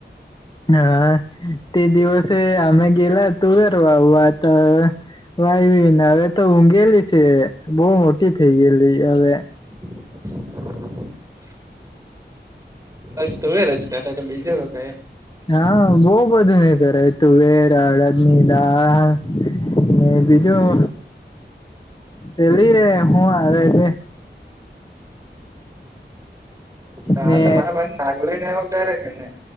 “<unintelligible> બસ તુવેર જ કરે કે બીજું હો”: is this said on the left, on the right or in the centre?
Right